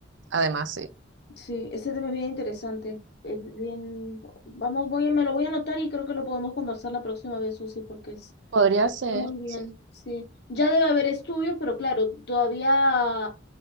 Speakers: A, on the right; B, on the left.
A: Además, sí.
B: Sí, ese tema es bien interesante. Es bien, vamos, voy a, me lo voy a anotar y creo que lo podemos conversar la próxima vez, Susi, porque es-
A: Podría ser,
B: está muy bien.
A: sí.
B: Sí, ya debe haber estudios, pero claro, todavía